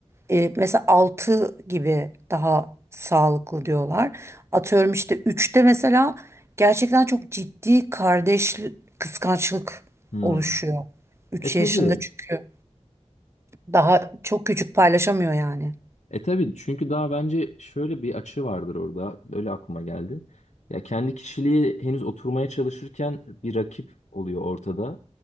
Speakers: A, on the right (about 20°); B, on the left (about 90°).
A: e, mesela 6 gibi daha sağlıklı diyorlar. Atıyorum işte üçte mesela gerçekten çok ciddi kardeş kıskançlık
B: hmm.
A: oluşuyor. üç
B: E tabii.
A: yaşında çünkü daha çok küçük paylaşamıyor yani.
B: E tabii çünkü daha bence şöyle bir açı vardır orada. Öyle aklıma geldi. Ya kendi kişiliği henüz oturmaya çalışırken bir rakip oluyor ortada.